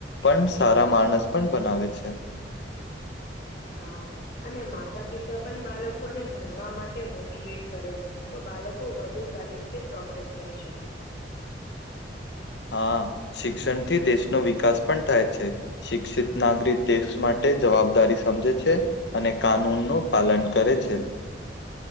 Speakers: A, on the left (about 75°); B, on the left (about 60°).
A: પણ સારા માણસ પણ બનાવે છે.
B: હા અને માતા-પિતા પન બાલકોને ભણવા માટે મોટીવેટ કરે. તો બાલકો વધુ સારી રીતે પ્રોગ્રેસ કરી શકે.
A: હા. શિક્ષણથી દેશનો વિકાસ પણ થાય છે. શિક્ષિત નાગરીક દેશ માટે જવાબદારી સમજે છે. અને કાનૂનનું પાલન કરે છે.